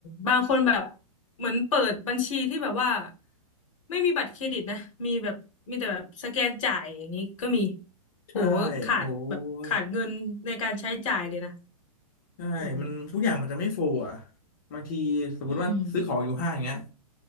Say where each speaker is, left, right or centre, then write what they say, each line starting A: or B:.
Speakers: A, on the left; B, on the left.
A: บางคนแบบเหมือนเปิดบัญชีที่แบบว่าไม่มีบัตรเครดิตนะ มีแบบมีแต่แบบสแกนจ่ายอย่างนี้ก็มี
B: ใช่
A: โหขาดแบบขาดเงินในการใช้จ่ายเลยนะ
B: โอ้ยใช่มันทุกอย่างมันจะไม่โฟลอ่ะ
A: แบบนี้
B: บางทีสมมติว่าซื้อของอยู่ห้างอย่างเงี้ย
A: อืม